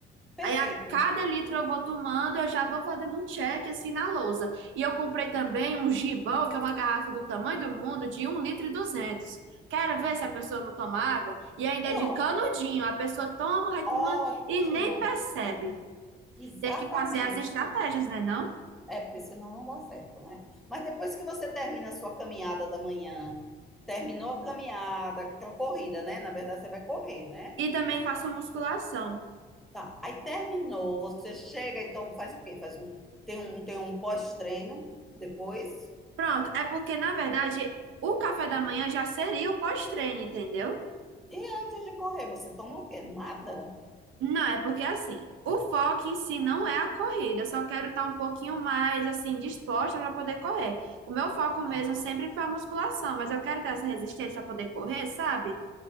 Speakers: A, in the centre; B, on the right.
A: Perfeito.
B: Aí a cada litro eu vou tomando, eu já vou fazendo um check assim na lousa. E eu comprei também um gibão, que é uma garrafa do tamanho do mundo, de um litro e duzentos Quero ver se a pessoa não toma água. E ainda
A: Pronto.
B: é de canudinho, a pessoa toma, vai
A: Ótimo,
B: tomando e nem percebe.
A: exatamente.
B: Tem que fazer as estratégias, né, não?
A: É, porque senão não dá certo, né? Mas depois que você termina a sua caminhada da manhã, terminou a caminhada, aquela corrida, né? Na verdade, você vai correr, né?
B: E também faço musculação.
A: Tá. Aí terminou, você chega, então faz o quê? Faz um, tem um, tem um pós-treino depois.
B: Pronto, é porque, na verdade, o café da manhã já seria o pós-treino, entendeu?
A: E antes de correr, você toma o quê? Nada?
B: Não, é porque assim, o foco em si não é a corrida, eu só quero estar um pouquinho mais assim disposta para poder correr. O meu foco
A: Ah,
B: mesmo sempre foi a musculação, mas eu quero ter essa resistência para poder correr, sabe?